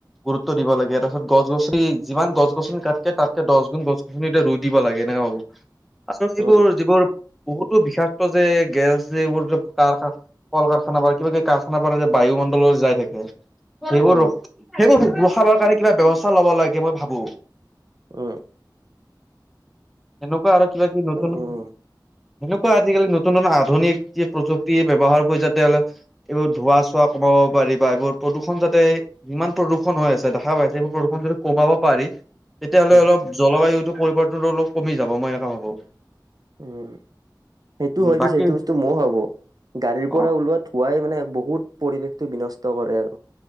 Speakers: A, in the centre; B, on the right (about 55°).
A: গুৰুত্ব দিব লাগে তাৰপিছত গছনি যিমান গছ গছনি কাটকে তাতকে দছ গুণ গছ গছনি ৰুই দিব লাগে এনে হ'ব আচলতে এইবোৰ
B: উম
A: যিবোৰ বহুতো বিষাক্ত যে গেছ যে এইবোৰ যে কাৰ কল, কাৰখান, পৰা কিবা কিব কাৰখান পাৰ যে বায়ুমণ্ডলো যাই থাকে সেইবোৰ
B: উম
A: সেইবোৰ ৰখাবৰ কাৰণে কিবা ব্যৱস্থা লব লাগে মই ভাবো।
B: উ
A: সেনেকুৱা আৰু কিবা কিবি নতুন
B: উম
A: কোৱা আজিকালি নতুন নতুন আধুনিক যি প্ৰযুক্তি ব্যৱহাৰ কৰি যাতে এইবোৰ ধোৱা চোৱা কমাব- পাৰি‌ বা এইবোৰ প্ৰদূষণ যাতে যিমান প্ৰদূৰষণ হৈ আছে দেখা পাইছে এইবোৰ প্ৰদূৰ্ষণ যদি কমাব পাৰি তেতিয়াহ'লে
B: উম
A: অলপ জলবায়ুতটো। পৰিৰ্তনো অলপ কমি যাব মই এনেকুৱা ভাবো
B: উম সেইটো
A: উম
B: হয় পিছে
A: বাকী
B: সেইটো বস্তু মই হব গাড়ীৰ পৰা
A: অ,
B: ওলোৱা ধুৱাই মানে বহুত পৰিৱেশটো বিনষ্ট কৰে আৰু